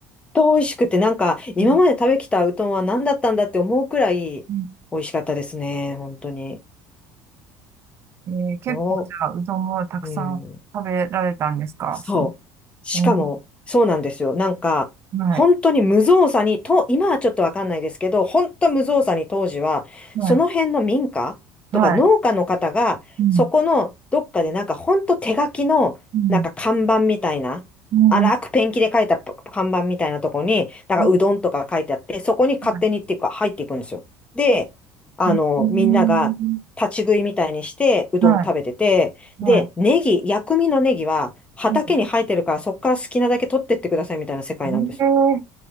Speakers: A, on the left; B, on the right.
A: 当美味しくて、なんか今まで食べきたうどんは何だったんだって思うくらい美味しかったですね、
B: うん、うん、
A: 本当に。
B: えー、結構じゃあ、
A: ど
B: うどんもたくさん食べられたんですかその、
A: う、うん。そう。しかも、
B: えー
A: そうなんですよ。なんか、
B: はい。
A: 本当に無造作に、と、今はちょっとわかんないですけど、本当無造作に当時は、
B: はい。
A: その辺の民家とか農家の方が、
B: はい。うん。
A: そこのどっかでなんか本当手書きの、
B: うん。
A: なんか看板みたいな、
B: も
A: 荒くペンキで書いた看板みたいなとこに、なんかうどんとか書いてあって、
B: う、は
A: そこに勝手にっていうか入っていくんですよ。
B: い。は
A: で、あの、
B: い。えー
A: みんなが立ち食いみたいにして、うどん食べてて、
B: はい。
A: で、
B: はい。
A: ネギ、薬味のネギは畑に生えてるから、
B: は
A: そこから好きなだけ取ってってくださいみたいな世界なんです。
B: い。えー、